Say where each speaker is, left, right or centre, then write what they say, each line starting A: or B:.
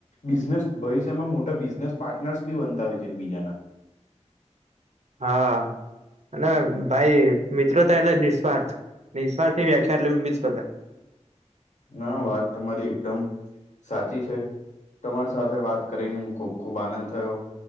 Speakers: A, on the left; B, on the right.
A: બિઝનેસ ભવિષ્યમાં મોટા બિઝનેસ પાર્ટનર્સ બી બનતા હોય છે એક બીજાના
B: આ અને ભાઈ મિત્રોતા એટલે નિઃસ્વાર્થ નિઃસ્વાર્થની વ્યાખ્યા એટલે મિત્રોતા
A: ના વાત તમારી એકદમ સાચી છે તમારી સાથે વાત કરીને ખૂબ ખૂબ આનંદ થયો.